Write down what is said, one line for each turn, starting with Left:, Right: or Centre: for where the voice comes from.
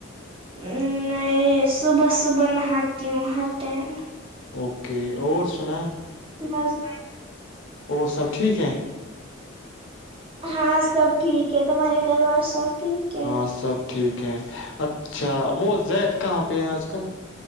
Right: ا صبح صبح نہاتی ہوں ہر ٹائم
Left: اوکے اور سنا
Right: بس
Left: اور سب ٹھیک ہے
Right: ہاں سب ٹھیک ہے تمہارے گھر وال سب ٹھیک ہے
Left: ہاں سب ٹھیک ہے اچھا وہ زائید کہاں پہ ہے آج کل